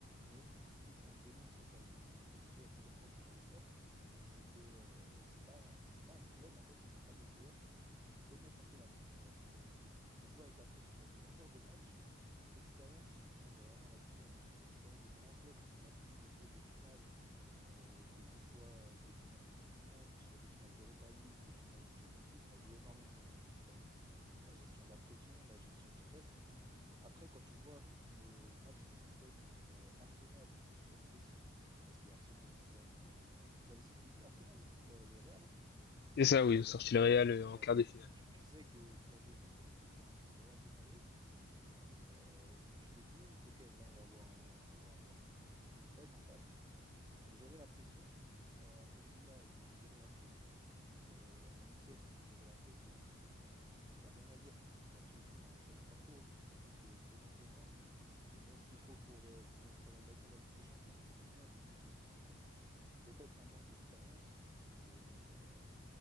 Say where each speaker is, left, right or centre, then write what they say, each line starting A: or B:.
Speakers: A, on the right (about 20°); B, on the left (about 50°).
A: mais ils m'ont démontré, enfin, ils ils m'ont montré à plusieurs fois que j'avais tort, c'est que euh, c'est pas, c'est pas un club, en fait, ils n'ont pas des joueurs qui, qui connaissent un peu la, enfin, qui, qui jouent avec la pression, parce que dans ce genre de match, l'expérience, ça fait vraiment la différence. L'expérience des grands clubs qui ont l'habitude de jouer des finales, euh, de, que ce soit euh, des finales de Coupe du Monde, que ce soit des finales d'Europa League, des finales de Champions League, ça joue énormément au niveau de l'expérience. La gestion de la pression, la gestion du stress. Après, quand tu vois le match qu'ils ont fait contre euh, Arsenal, donc grosse pression, parce que Arsenal, ils ont quand même, euh, ils avaient sorti qui Arsenal, Euh, le Real. hein
B: C'est ça, oui, sorti le Real euh,
A: ouais,
B: en quart
A: ils
B: de finale.
A: ont. Tu, tu sais que tu vas jouer contre une équipe qui a sorti le Real de Madrid, Euh, donc tu te dis, ok, là on va avoir un, on va avoir une, une bête en face. Ils ont géré la pression. Euh, Aston Villa, ils ont géré la pression. Euh, en huitième, ils ont géré la pression. Il n'y a rien à dire. Là-dessus, ils ont fait un très bon parcours. Donc je me dis que potentiellement, ils ont ce qu'il faut pour, euh, pour, pour la gagner, la Ligue des Champions. Honnêtement, je me dis qu'ils ont ce qu'il faut. Peut-être un manque d'expérience, mais, euh,